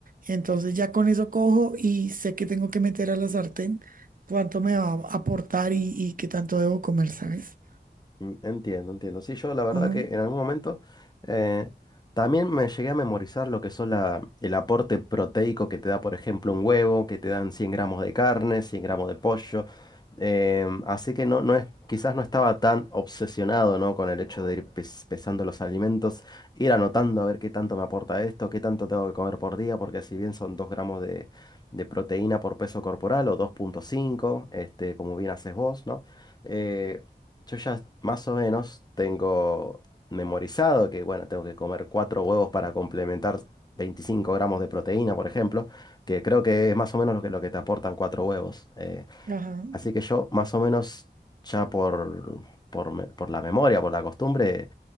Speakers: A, on the right (about 50°); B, on the left (about 25°).
A: Entonces ya con eso cojo y sé que tengo que meter a la sartén cuánto me va a aportar y, y qué tanto debo comer, ¿sabes?
B: Mm, Entiendo, entiendo. Sí, yo la verdad
A: Ujú.
B: que en algún momento eh, también me llegué a memorizar lo que son la, el aporte proteico que te da, por ejemplo, un huevo, que te dan 100 gramos de carne, 100 gramos de pollo. Em, así que no, no es, quizás no estaba tan obsesionado, ¿no? con el hecho de ir pes- pesando los alimentos, ir anotando a ver qué tanto me aporta esto, qué tanto tengo que comer por día, porque si bien son 2 gramos de, de proteína por peso corporal o dos punto cinco este, como bien haces vos, ¿no? Eh, yo ya más o menos tengo memorizado que, bueno, tengo que comer cuatro huevos para complementar 25 gramos de proteína, por ejemplo, que creo que es más o menos lo que, lo que te aportan cuatro huevos. Eh,
A: Ajá.
B: así que yo más o menos ya por, por, me- por la memoria, por la costumbre,